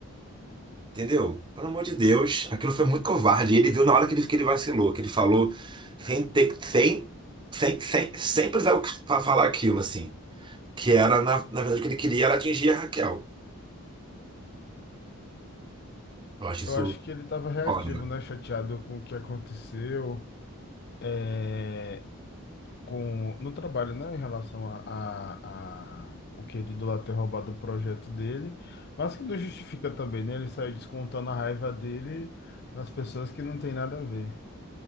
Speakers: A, on the right; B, on the left.
A: entendeu? Pelo amor de Deus, aquilo foi muito covarde. E ele viu na hora que ele, que ele vacilou, que ele falou sem ter, sem, sem, sem, sem precisar o que- fa- falar aquilo, assim. Que era, na, na verdade, o que ele queria era atingir a Raquel. Eu acho
B: Eu
A: isso
B: acho que ele estava reativo,
A: foda.
B: né? Chateado com o que aconteceu. É, com no trabalho, né, em relação a, a, a o que ele do lado ter roubado o projeto dele, mas que não justifica também, né? Ele saiu descontando a raiva dele nas pessoas que não tem nada a ver.